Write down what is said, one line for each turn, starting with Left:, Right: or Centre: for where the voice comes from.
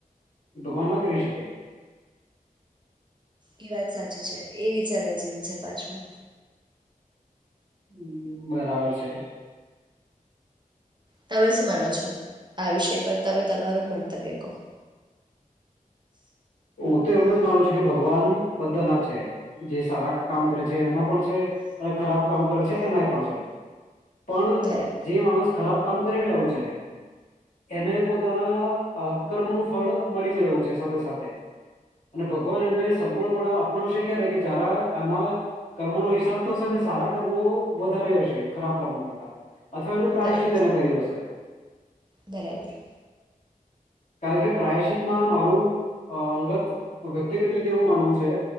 Left: ભગવાન ના કરી શકે?
Right: ઈ વાત સાચી છે. એ વિચારવા જેવું છે પાછું.
Left: હમ્મ, બરાબર છે.
Right: તમે શું માનો છો આ વિષય પર? તમે તમારું મંતવ્ય કહો.
Left: હું તો એમ જ માનું છું કે ભગવાન બધા ના છે જે સારા કામ કરે છે એના છે અને ખરાબ કામ પ કરે છે એનાય પણ છે. પણ
Right: બરાબર
Left: જે માણસ ખરાબ કામ કરી રહ્યો છે એને પોતાના કર્મ નું ફળ મળી જ રહ્યું છે સાથે સાથે. અને ભગવાન એને સંપૂર્ણપણે અપનાવશે ક્યારે કે જાર આના કર્મોનો હિસાબ તો હશે અને સારા કર્મો વધારે હશે ખરાબ કર્મો કરતા. અથવા એનું
Right: બરાબર
Left: પ્રાશ્ચિત એને કર્યું હશે.
Right: બરાબર.
Left: કારણ કે પ્રાયશિતમાં મારું અ અંગત વ્યક્તિગત રીતે એવું માનવું છે